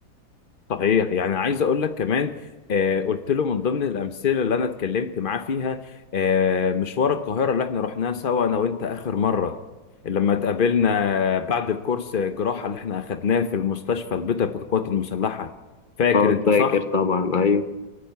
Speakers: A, on the left; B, on the left.
A: صحيح يعني عايز اقول لك كمان آه قلت له من ضمن الامثله اللي انا اتكلمت معاه فيها آه مشوار القاهره اللي احنا رحناه سوا انا وانت اخر مره لما اتقابلنا بعد الكورس الجراحه اللي احنا اخدناه في المستشفى البيطري بتاع القوات المسلحه فاكر
B: أه
A: انت
B: فاكر
A: صح؟
B: طبعا أيوه